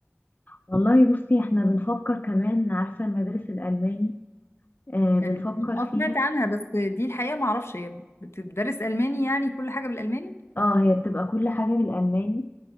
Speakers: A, on the left; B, on the left.
A: والله بصي احنا بنفكر كمان عارفة المدارس الألماني آه بنفكر
B: ألماني اه
A: فيها
B: سمعت عنها بس دي الحقيقة معرفش هي بتدرس ألماني يعني كل حاجة بالألماني؟
A: اه هي بتبقى كل حاجة بالألماني